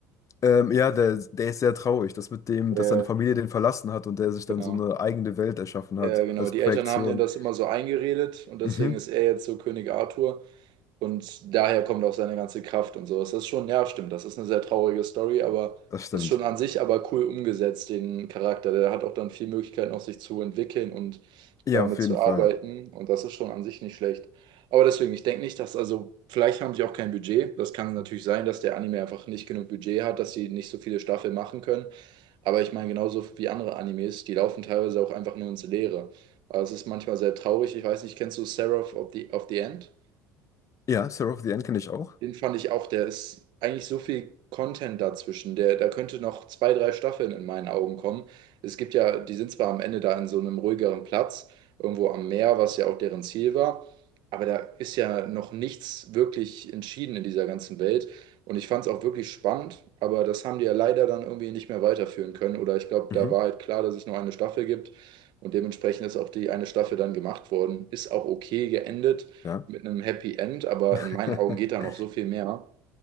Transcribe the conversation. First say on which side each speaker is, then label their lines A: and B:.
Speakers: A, on the left (about 35°); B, on the right (about 55°).
A: Ähm, ja, der, der ist sehr traurig, das mit dem,
B: Äh,
A: dass seine Familie den verlassen hat und der sich dann
B: Genau.
A: so eine eigene Welt erschaffen
B: Ja,
A: hat
B: genau.
A: als
B: Die
A: Projektion.
B: Eltern haben denen das immer so eingeredet und deswegen
A: Mhm,
B: ist er jetzt so König Arthur. Und daher kommt auch seine ganze Kraft und sowas. Das ist schon, ja, stimmt, das ist eine sehr traurige Story, aber
A: das stimmt.
B: ist schon an sich aber cool umgesetzt, den Charakter. Der hat auch dann viel Möglichkeiten, auch sich zu entwickeln und
A: Ja,
B: damit
A: auf jeden
B: zu
A: Fall.
B: arbeiten. Und das ist schon an sich nicht schlecht. Aber deswegen, ich denke nicht, dass, also, vielleicht haben sie auch kein Budget. Das kann natürlich sein, dass der Anime einfach nicht genug Budget hat, dass sie nicht so viele Staffeln machen können. Aber ich meine, genauso wie andere Animes, die laufen teilweise auch einfach nur ins Leere. Aber es ist manchmal sehr traurig. Ich weiß nicht, kennst du Seraph of the, of the End?
A: Ja, Sarah of the End kenne ich auch.
B: Den fand ich auch, der ist eigentlich so viel Content dazwischen. Der, da könnte noch zwei, drei Staffeln in meinen Augen kommen. Es gibt ja, die sind zwar am Ende da in so einem ruhigeren Platz, irgendwo am Meer, was ja auch deren Ziel war, aber da ist ja noch nichts wirklich entschieden in dieser ganzen Welt. Und ich fand es auch wirklich spannend, aber das haben die ja leider dann irgendwie nicht mehr weiterführen können. Oder ich glaube,
A: Mhm,
B: da war halt klar, dass es nur eine Staffel gibt. Und dementsprechend ist auch die eine Staffel dann gemacht worden. Ist auch okay geendet
A: ja.
B: mit einem Happy End, aber
A: <laughs>
B: in meinen Augen geht da noch so viel mehr.